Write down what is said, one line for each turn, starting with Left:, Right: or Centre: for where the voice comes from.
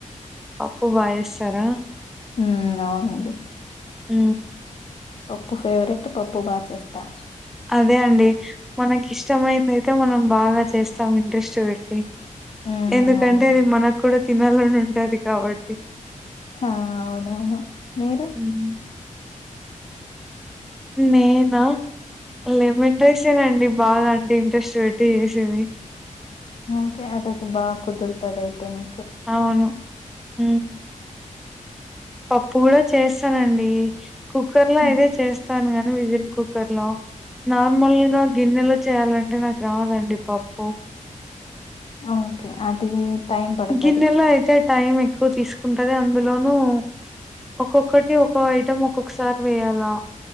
Centre: పప్పు బా చేస్తారా
Left: ఉమ్ అవునండి
Centre: ఉ
Left: పప్పు ఫేవరెట్ పప్పు బా చేస్తా
Centre: అదే అండి మనకి ఇష్టమైంది అయితే మనం బాగా చేస్తా స్తాం ఇంట్రెస్ట్ పెట్టి
Left: మ్మ్
Centre: ఎందుకంటే
Left: అవును
Centre: అది మన కూడా తినాలని ఉంటది కాబట్టి
Left: ఆ అవునవును మీరు
Centre: హు హమ్ నేనా లెమన్ రైస్ నండి బాగా అంటే ఇంట్రెస్ట్ పెట్టి చేసేది
Left: ఓకే అదొక బాగా కుదురుతది ఆయితే మీకు
Centre: అవును ఉం పప్పు కూడా చేస్తానండి కుక్కర్ లో
Left: ఉమ్,
Centre: అయిదే చేస్తాను గానీ విజల్ కుక్కర్ లో నార్మల్ గా గిన్నెలో చేయాలంటే నాకు రాదండి పప్పు
Left: ఆ ఓకే అది టైం పడతది
Centre: గిన్నెలో అయితే టైం ఎక్కువ తీసుకుంటది అందులోనూ ఒక్కొక్కటి ఒక్కొ ఐటెం ఒక్కొక్కసారి వేయాలా